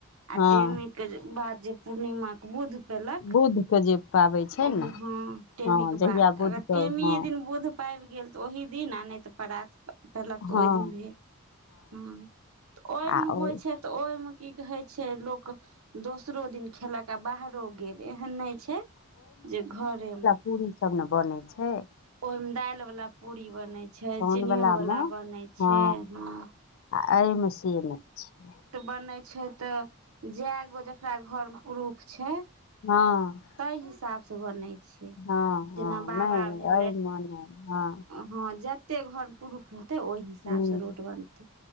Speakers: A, on the right (about 80°); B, on the left (about 65°).
A: आ
B: हँ
A: टेमी के जे बाद जे पूर्णिमा के बुध पेलक
B: बुध के जे पाबै छै ने
A: ओहि, हाँ टेमी
B: हँ
A: के
B: जहिया
A: बाद
B: बुध
A: अगर
B: के
A: टेमीए
B: हँ
A: दिन बुध पाबि गेल तऽ ओहि दिन आ नैय तऽ परात पैयलक तऽ
B: हँ
A: ओहि दिन भेल, हँ। ओय
B: आ
A: मे
B: ओ
A: होइ छैय तऽ ओय मे की कहैय छै लोक दोसरो दिन खेलक आ बाहरो गेल, एहन नैय छैय, जे घरे में।
B: पूड़ी सब ने बनै छैय।
A: ओयमे दालि वला पूड़ी बनैय छैय,
B: साउन
A: चीनीयो वला
B: मे
A: बनैय छैय
B: हँ
A: हां।
B: आ ऐइमें से नैय छैय।
A: बनै छैय ते जायगो जकरा घर मे पुरुख छैय
B: हँ
A: तैय हिसाबसै बनैय छैय,
B: हँ हँ
A: जेना बाबा
B: नहि
A: भेल
B: एहिमे नहि हँ
A: हँ जतेक घरमे पुरुख रहतैय, ओहि हिसाबसै
B: हुँ
A: रोट बनतैय।